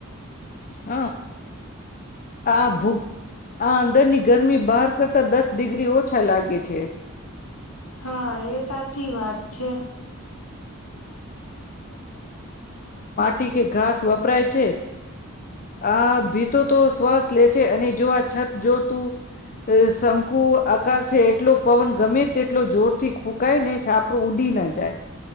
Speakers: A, on the left; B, on the left.
A: હ. આ ભૂ આ અંદરની ગરમી બહાર કરતા દસ ડિ ગ્રી ઓછા લાગે છે.
B: હા એ સાચી વાત છે.
A: તી કે ઘાસ વપરાય છે આ ભીતો તો શ્વાસ લે છે અને જો આ છત જોતું શંકુ આકાર છે એટલો પવન ગમે તેટલો જોરથી ફૂંકાય ને છાપરું ઉડી ના જાય.